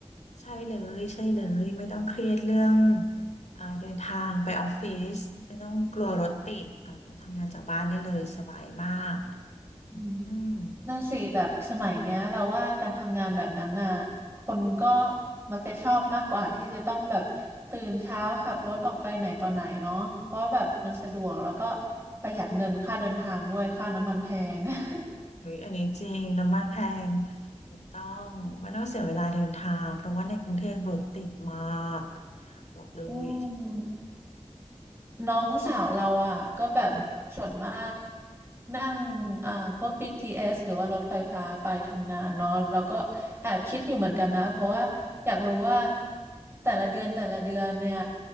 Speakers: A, on the left; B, on the right.
A: ใช่เลยใช่เลยไม่ต้องเครียดเรื่องอ่าเดินทางไปออฟฟิศไม่ต้องกลัวรถติดเออทำงานจากบ้านได้เลยสบายมาก
B: อืม
A: อืม
B: นั่นสิแบบสมัยเนี้ยเราว่าการทำงานแบบนั้นน่ะคนก็มักจะชอบมากกว่าที่จะต้องแบบตื่นเช้าขับรถออกไปไหนต่อไหนเนาะเพราะว่าแบบมันสะดวกแล้วก็ประหยัดเงินค่าเดินทางด้วยค่าน้ำมันแพง <laughs>
A: เฮ้ยอันนี้จริงน้ำมันแพงถูกต้องไม่ต้องเสียเวลาเดินทางเพราะว่าในกรุงเทพรถติดมากบอกเลย
B: อืม น้องสาวเราอ่ะก็แบบส่วนมาก
A: อืม
B: นั่งอ่าพวก BTS หรือว่ารถไฟฟ้าไปทำงานเนาะแล้วก็แอบคิดอยู่เหมือนกันนะเพราะว่าอยากรู้ว่าแต่ละเดือนแต่ละเดือนเนี่ย